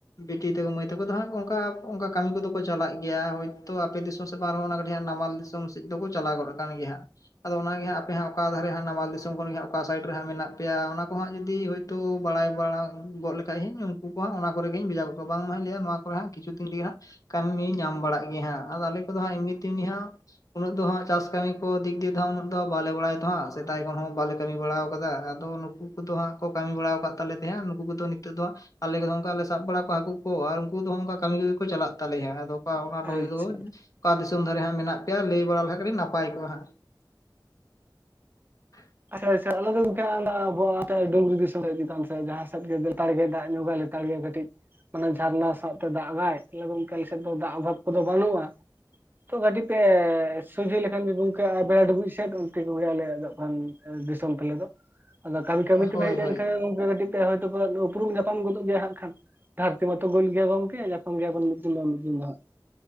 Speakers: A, on the left (about 45°); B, on the right (about 25°).
A: ᱵᱤᱴᱤ ᱛᱟᱠᱚ ᱢᱟᱹᱭ ᱛᱟᱠᱚ ᱫᱚ ᱦᱟᱸᱜ ᱚᱱᱠᱟ, ᱚᱱᱠᱟ ᱠᱟᱹᱢᱤ ᱠᱚᱫᱚ ᱠᱚ ᱪᱟᱞᱟᱜ ᱜᱮᱭᱟ, ᱦᱚᱭᱛᱳ ᱟᱯᱮ ᱫᱤᱥᱼᱼ ᱫᱤᱥᱚᱢ ᱥᱮ ᱵᱟᱝ ᱦᱚᱸ ᱚᱱᱟ ᱠᱟᱹᱴᱤᱡ ᱱᱟᱢᱟᱞ ᱫᱤᱥᱚᱢ ᱥᱮᱫ ᱫᱚᱠᱚ ᱪᱟᱞᱟ ᱜᱚᱫ ᱠᱟᱱ ᱜᱮᱭᱟ ᱾ ᱟᱫᱚ ᱚᱱᱟᱜᱮ ᱦᱟᱸᱜ ᱟᱯᱮ ᱦᱟᱸᱜ ᱚᱠᱟ ᱫᱷᱟᱨᱮ ᱦᱟᱸᱜ, ᱱᱟᱢᱟᱞ ᱫᱤᱥᱚᱢ ᱠᱷᱚᱱ ᱜᱮ ᱦᱟᱸᱜ ᱚᱠᱟ ᱥᱟᱭᱤᱴ ᱨᱮ ᱦᱟᱸᱜ ᱢᱮᱱᱟᱜ ᱯᱮᱭᱟ ᱚᱱᱟ ᱠᱚ ᱦᱟᱸᱜ ᱡᱩᱫᱤᱼᱼ ᱛᱚ ᱵᱟᱲᱟᱭ ᱵᱟᱲᱟ ᱜᱚᱫ ᱞᱮᱠᱷᱟᱡ ᱤᱧ ᱩᱱᱠᱩ ᱠᱚ ᱦᱟᱸᱜ ᱚᱱᱟ ᱠᱚᱨᱮ ᱜᱤᱧ ᱵᱷᱮᱡᱟᱣ ᱜᱚᱫ ᱠᱚᱣᱟ ᱵᱟᱝ ᱢᱟᱧ ᱞᱟᱹᱭᱟ ᱱᱚᱣᱟ ᱠᱚᱨᱮ ᱦᱟᱸᱜ ᱠᱤᱪᱷᱩ ᱫᱤᱱ ᱨᱮᱜᱮ ᱦᱟᱸᱜᱼᱼ ᱠᱟᱢᱤ ᱧᱟᱢ ᱵᱟᱲᱟᱜ ᱜᱮᱭᱟ ᱦᱟᱸᱜ ᱟᱫᱚ ᱟᱞᱮ ᱠᱚᱫᱚ ᱦᱟᱸᱜ ᱮᱢᱱᱤ ᱛᱮᱢᱱᱤ ᱦᱟᱸᱜ, ᱩᱱᱟᱹᱜ ᱫᱚ ᱦᱟᱸᱜ ᱪᱟᱥ ᱠᱟᱹᱢᱤ ᱠᱚ ᱫᱤᱠᱼᱼ ᱫᱤ ᱩᱱᱟᱹᱜ ᱫᱚ ᱵᱟᱞᱮ ᱵᱟᱲᱟᱭᱟ ᱛᱚ ᱦᱟᱸᱜ ᱥᱮᱫᱟᱭ ᱠᱷᱚᱱ ᱦᱚᱸ ᱵᱟᱞᱮ ᱠᱟᱹᱢᱤ ᱵᱟᱲᱟᱣ ᱠᱟᱫᱟ ᱟᱫᱚ ᱱᱩᱠᱩ ᱠᱚᱫᱚ ᱦᱟᱸᱜᱼᱼ ᱠᱚ ᱠᱟᱹᱢᱤ ᱵᱟᱲᱟ ᱟᱠᱟᱫ ᱛᱟᱞᱮ ᱛᱮ ᱦᱟᱸᱜ ᱱᱩᱠᱩ ᱠᱚᱫᱚ ᱱᱤᱛᱚᱜ ᱫᱚᱼᱼ ᱟᱞᱮ ᱠᱚᱫᱚ ᱚᱱᱠᱟ ᱞᱮ ᱥᱟᱵ ᱵᱟᱲᱟ ᱠᱚᱣᱟ ᱦᱟᱹᱠᱩ ᱠᱚ, ᱟᱨ ᱩᱱᱠᱩ ᱫᱚ ᱚᱝᱠᱟ ᱠᱟᱢᱤ ᱠᱚᱜᱮ ᱠᱚ ᱪᱟᱞᱟᱜ ᱛᱟᱞᱮᱭᱟ ᱟᱫᱚᱼᱼ ᱚᱱᱟ
B: ᱟᱪᱪᱷᱟ
A: ᱱᱩᱭ ᱫᱚ ᱚᱠᱟ ᱫᱤᱥᱚᱢ ᱫᱷᱟᱨᱮ ᱦᱟᱸᱜ ᱢᱮᱱᱟᱜ ᱯᱮᱭᱟ ᱞᱟᱹᱭ ᱵᱟᱲᱟ ᱞᱮᱠᱷᱟᱡ ᱠᱟᱹᱴᱤᱡ ᱱᱟᱯᱟᱭ ᱠᱚᱜᱼᱟ ᱦᱟᱸᱜ ᱾ <unintelligible>
B: ᱟᱪᱪᱷᱟ ᱟᱪᱪᱷᱟ ᱟᱞᱮ ᱫᱚ ᱜᱚᱝᱠᱮ ᱟᱵᱚ ᱰᱩᱝᱨᱤ ᱫᱤᱥᱚᱢ ᱨᱮ ᱪᱮᱛᱟᱱ ᱥᱮ ᱡᱟᱦᱟᱸ ᱥᱮᱫ ᱞᱮᱛᱟᱲ ᱜᱮ ᱫᱟᱜ ᱧᱚᱜᱟᱭ ᱾ ᱠᱟᱲᱢᱤ ᱠᱟᱹᱴᱤᱡ ᱢᱟᱱᱮ ᱡᱷᱟᱨᱱᱟ ᱥᱟᱶᱛᱮ ᱫᱟᱜᱟᱭ ᱛᱟᱦᱞᱮ ᱜᱚᱝᱠᱮ ᱟᱞᱮ ᱥᱮᱫ ᱫᱚ ᱫᱟᱜ ᱚᱵᱷᱟᱵ ᱠᱚᱫᱚ ᱵᱟᱹᱱᱩᱜ-ᱟ ᱾ ᱛᱚ ᱜᱟᱹᱰᱤ ᱛᱮ ᱥᱚᱡᱷᱮ ᱞᱮᱠᱷᱟᱱ ᱜᱮ ᱜᱩᱝᱠᱮ ᱵᱮᱲᱟ ᱰᱩᱵᱩᱡ ᱥᱮᱫ ᱚᱱᱛᱮ ᱜᱮ ᱵᱩᱞᱮ ᱟᱞᱮᱭᱟᱜ ᱫᱚ ᱾ ᱫᱤᱥᱚᱢ ᱛᱟᱞᱮ ᱫᱚ ᱟᱫᱚ ᱠᱟᱹᱢᱤ ᱠᱟᱹᱢᱤ
A: ᱦᱳᱭ
B: ᱛᱮᱢ ᱦᱮᱡ ᱞᱮᱱᱠᱷᱟᱱ
A: ᱦᱳᱭ
B: ᱚᱱᱛᱮ ᱠᱟᱹᱴᱤᱡ ᱥᱮ ᱦᱚᱭᱛᱳ ᱩᱯᱨᱩᱢ ᱧᱟᱯᱟᱢ ᱜᱚᱫᱚᱜ ᱜᱮᱭᱟ ᱦᱟᱸᱜ ᱠᱷᱟᱱ ᱾ ᱫᱷᱟᱨᱛᱤ ᱢᱟᱛᱚ ᱜᱳᱞ ᱜᱮᱭᱟ ᱜᱚᱝᱠᱮ ᱧᱟᱯᱟᱢ ᱜᱮᱭᱟ ᱵᱚᱱ ᱢᱤᱫ ᱫᱤᱱ ᱵᱟᱝ ᱢᱤᱫ ᱫᱤᱱ ᱫᱚ ᱦᱟᱸᱜ ᱾